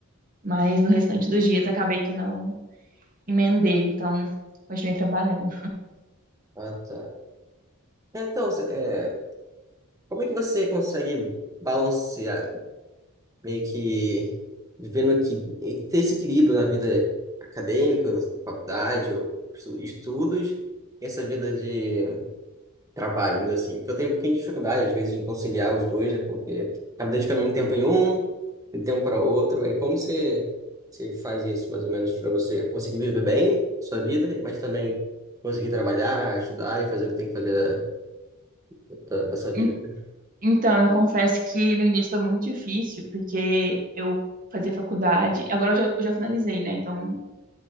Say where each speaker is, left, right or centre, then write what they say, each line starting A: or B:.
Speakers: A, on the right (about 40°); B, on the right (about 15°).
A: mas no restante dos dias acabei que não emendei, então continuei trabalhando.
B: Ah, tá. É, Então, cê- é, como é que você consegue balancear, meio que vivendo que e ter esse equilíbrio na vida acadêmica, faculdade, ou estu- estudos, e essa vida de trabalho, vamos dizer assim. Porque eu tenho um pouquinho de dificuldade, às vezes, em conciliar os dois, né? Porque acabo dedicando muito tempo em um, muito tempo para outro. Aí como você, você faz isso, mais ou menos, para você conseguir viver bem sua vida, mas também conseguir trabalhar, estudar e fazer o que tem que fazer da, da, da sua vida?
A: En- Então, eu confesso que no início foi muito difícil, porque eu fazia faculdade, agora eu já, eu já finalizei, né? Então